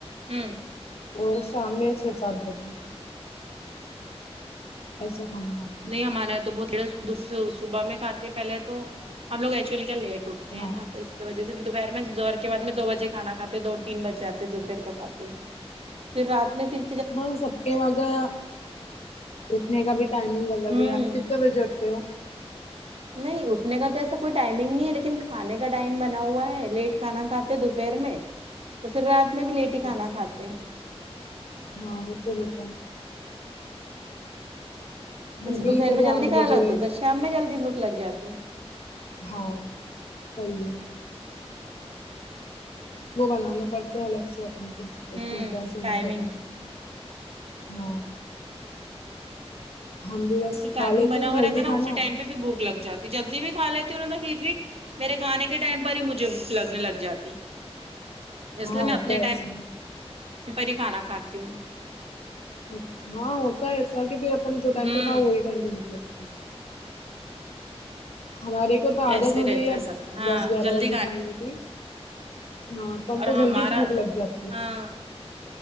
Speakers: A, on the right (about 65°); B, on the left (about 70°).
A: ہوں
B: اور شام میں چھ سات بجے ایسا کھانا کھاتے ہیں
A: نہیں ہمارے یہاں تو بہتے صبح میں کھاتے پہلے تو ہم لوگ ایکچولی کیا لیٹ اٹھتے ہینا
B: ہاں
A: تو اس وجہ سے دوپہر میں زہر کے بعد میں دو بجے کھانا کاتے ہو دو تین بجےاتے دوپہر کو کاتے ہوئے پھر رات میں تھر
B: ہاں سب کے وگہ اٹھنے کا بھی ٹائمنگ الگ
A: ہوں
B: ہے آپ کتنے بجے اٹھتے ہو
A: نہیں اٹھنے کا تو ایسا کوئی ٹائمنگ نہیں ہے لیکن کھانے کا ٹائم بنا ہوا ہے لیٹ کھانا کھاتے دوپہر میں تو پھر رات میں بھی لیٹ ہی کھانا
B: اچھا
A: کھاتے
B: ہاں وہ تو رہتا ہے ہم
A: اس
B: بھی
A: دوپہر
B: کبھی
A: میں جلدی
B: آٹھ
A: کھا
B: بجے
A: ہو تو تو شام میں جلدی بھوک لگ جاتی
B: ہاں صحیح ہے وہ بنا نا پڑھتا ہے الگ سے انکے
A: ہوں
B: اٹھنے کا سونے
A: ٹائمنگ
B: کا ٹائم ہاں ہم بھی بس
A: جو ٹائمنگ
B: کھا لیتے
A: بنا
B: ہیں
A: ہو
B: جلدی
A: رہتا ہے نا
B: کھانا
A: اسی ٹائم پہ پھر بھک لگ جاتا جلدی بھی کھا لیتی ہوں پھر بھی میرے کھانے کے ٹائم پر ہی مجھے بھک لگنے لگ جاتی اس
B: ہاں
A: لیے میں
B: ہوتا
A: اپنے
B: ہے ایسا
A: ٹائم پر ہی کھانا کھاتی ہوں
B: اچھا ہاں ہوتا ایسا کہ پھر اپن جو ٹائم
A: ہوں
B: پہ کھؤ وہی ٹائم پہ بک لگتی ہے ہمارے کو تو عادت
A: ایسے
B: ہو
A: ہی رہتا
B: گئی ہے اب
A: سب ہاں
B: دس گیارہ
A: جلدی
B: بجے کھانے کی ہاں تو ہم
A: اور
B: کو جلدی
A: ہمارا
B: بھوک لگ جاتی ہے
A: ہاں